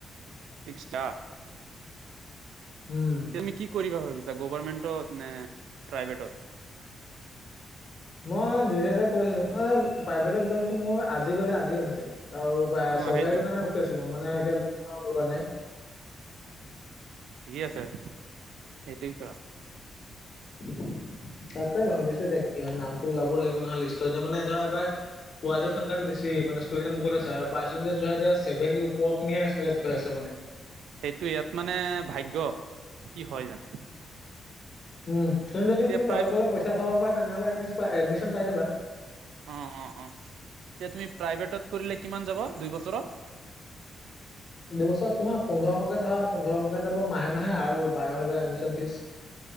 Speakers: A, on the right; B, on the left.
A: <unintelligible>
B: উম।
A: তুমি কি কৰিবা ভাবিছা গভৰ্মেণ্টত নে প্ৰাইভেটত?
B: মই দুই তাতে কৰিছিলো মই প্ৰাইভেটত গলেতো মোৰ আজি গলে আজিয়ে হৈছে আৰু।
A: অ'
B: চৰকাৰী
A: সেইটোৱে
B: টো কাৰণে মই ৰখি আছো মই মানে এতিয়া মই মানে।
A: ঠিকেই আছে সেইটোৱে কৰা।
B: <inaudible> তাকে ভাবিছো এতিয়া কি হয় নামটো ওলাবও লাগিব, নহয় লিষ্টৰ এতিয়া মানে ধৰা এবাৰ- পোৱালীৰ সংখ্যাটো বেছি মানে ষ্টুডেণ্ট বহুত আছে আৰু পাৰ্চেন্টেজ ধৰা এতিয়া ছেভেনটি ওপৰৰ খিনিহে আছে মানে।
A: সেইটোৱে ইয়াত মানে ভাগ্য, কি হয় জানো।
B: উম কিন্তু যদি
A: এতিয়া
B: তুমি
A: প্ৰায়
B: তলে তলে পইচা খাব পা তেনেহলে এডমিচন পাই যাবা।
A: অ অ অ এতিয়া তুমি প্ৰাইভেটত কৰিলে কিমান যাব দুই বছৰত?
B: দুবছৰ তোমাৰ পোন্ধৰশকে ধৰা পোন্ধৰশকে যাব মাহে মাহে আৰু বাৰ হাজাৰ এডমিশন ফিজ।